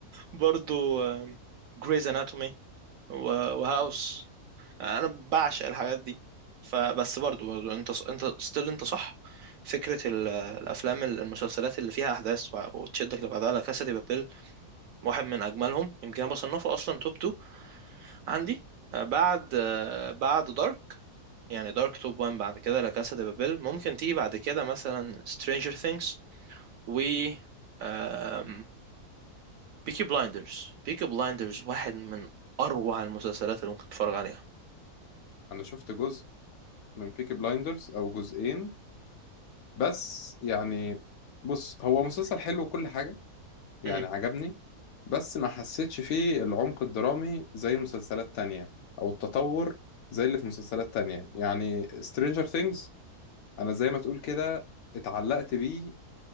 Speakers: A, on the right; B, on the left.
A: برضو جريز اناتومي وهاوس انا بعشق الحاجات دي فبس برضو, برضو انت انت ستيل انت صح فكرة ال- الافلام المسلسلات اللي فيها احداث وع- وتشدك لبعضها لا كاسا دي بابيل واحد من اجملهم يمكن انا بصنفه اصلا توب 2 عندي آه، بعد آه، بعد دارك يعني دارك توب 1 بعد كده لا كاسا دي بابيل ممكن تيجي بعد كده مثلا سترينجر ثينجز و آم... بيكي بلايندرز بيكي بلايندرز واحد من اروع المسلسلات اللي ممكن تتفرج عليها
B: انا شفت جزء من بيكي بلايندرز او جزئين بس يعني بص هو مسلسل حلو وكل حاجة يعني
A: امم
B: عجبني بس ما حسيتش فيه العمق الدرامي زي مسلسلات تانية او التطور زي اللي في مسلسلات تانية يعني Stranger Things انا زي ما تقول كده اتعلقت بيه